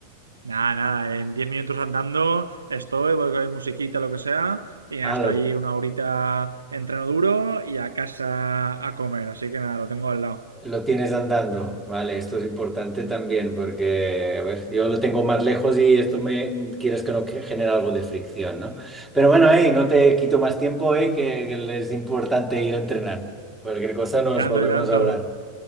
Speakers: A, on the right; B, in the centre.
A: Nada, nada, en 10 minutos andando estoy, voy con mi musiquita, lo que sea, y nada,
B: Ah,
A: estoy
B: lo
A: allí una horita entreno duro y a casa a comer, así que nada, lo tengo al lado.
B: Lo tienes andando, vale, esto es importante también porque, a ver, yo lo tengo más lejos y esto me quieres que no que genera algo de fricción, ¿no? Pero bueno, hey, no te quito más tiempo, hey, que, que es importante ir a entrenar. Cualquier cosa nos
A: Y tanto,
B: volvemos
A: y tanto.
B: a hablar.